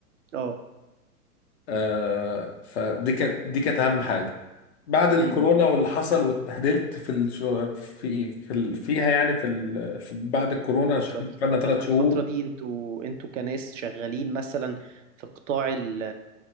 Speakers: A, on the right; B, on the left.
A: اه
B: آه فدي كانت دي كانت اهم حاجه بعد الكورونا
A: امم
B: واللي حصل واتبهدلت في الشو في في ال- فيها يعني في, ال... في بعد الكورونا
A: الفترة
B: عشان
A: دي
B: قفلنا
A: اه ده
B: ثلاث
A: الفترة
B: شهور
A: دي انتوا انتوا كناس شغالين مثلا في قطاع ال